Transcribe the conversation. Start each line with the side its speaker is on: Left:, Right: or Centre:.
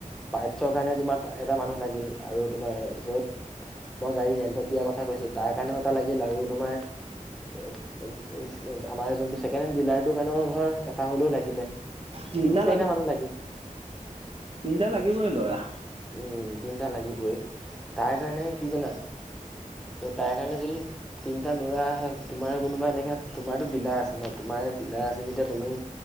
Centre: পাৰ্টছৰ কাৰণে তোমাৰ এটা মানুহ লাগিল আৰু তোমাৰ য'ত মই গাড়ী ৰেণ্টত দিয়া কথা কৈছো তাৰ কাৰণেও এটা লাগিল আৰু তোমাৰ <unintelligible> আমাৰ যোনটো ছেকেণ্ড হেণ্ড ডিলাৰটোৰ কাৰণেও ধৰ এটা হ'লেও লাগিলে
Right: চিন্তা
Centre: তিনি, চাৰিটা মানুহ লাগি
Right: তিনটা লাগিবই ল'ৰা।
Centre: উম তিনটা লাগিবই তাৰ কাৰণে কি জানা তাৰ কাৰণে যদি তিনটা ল'ৰা তোমাৰ কোনোবা এনেকা তোমাৰটো ডিলাৰ আছে ন তোমাৰ ডিলাৰ আছে যেতিয়া তুমি